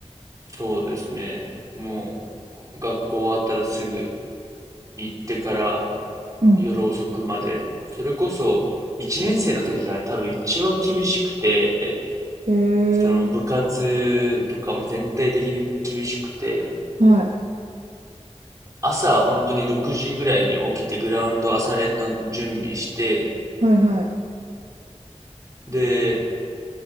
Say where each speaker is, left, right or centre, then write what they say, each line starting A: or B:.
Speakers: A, on the right; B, on the right.
A: そうですね。もう、学校終わったらすぐ行ってから
B: うん。
A: 夜遅くまで。それこそ、一年生の時が多分一番厳しくて、
B: ええー
A: その部活とかも全体的に厳しくて、
B: はい。
A: 朝は本当に6時ぐらいに起きて、グラウンド朝練の準備して、
B: はいはい。
A: で、